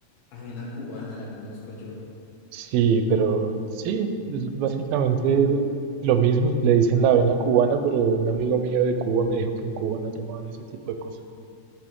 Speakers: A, on the left (about 80°); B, on the right (about 85°).
A: avena cubana la conozco yo,
B: Sí, pero sí, es básicamente
A: pero
B: lo mismo. Le dicen la avena cubana, pero un amigo mío de Cuba me dijo que en Cuba no tomaban ese tipo de cosas.